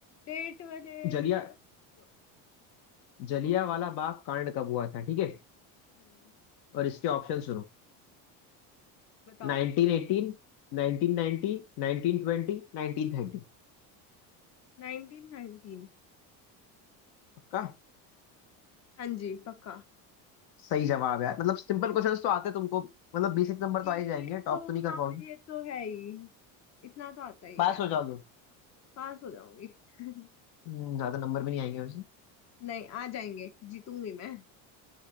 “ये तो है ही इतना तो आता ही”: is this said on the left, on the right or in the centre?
Left